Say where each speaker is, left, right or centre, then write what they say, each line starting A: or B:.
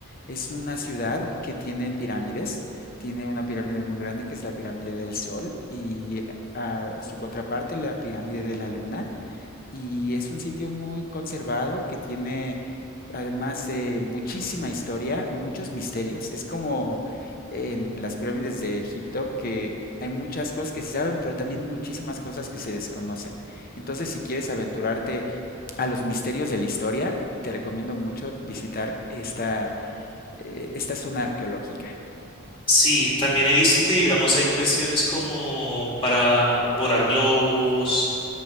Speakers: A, on the left; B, on the left.
A: Es una ciudad que tiene pirámides, tiene una pirámide muy grande que es la pirámide del Sol y ah, en su contraparte la pirámide de la Luna y es un sitio muy conservado que tiene, además de muchísima historia, muchos misterios. Es como en las pirámides de Egipto que hay muchas cosas que se saben, pero también muchísimas cosas que se desconocen. Entonces, si quieres aventurarte a los misterios de la historia, te recomiendo mucho visitar esta, eh, esta zona arqueológica.
B: Sí, también he visto que, digamos, hay cuestiones como para volar globos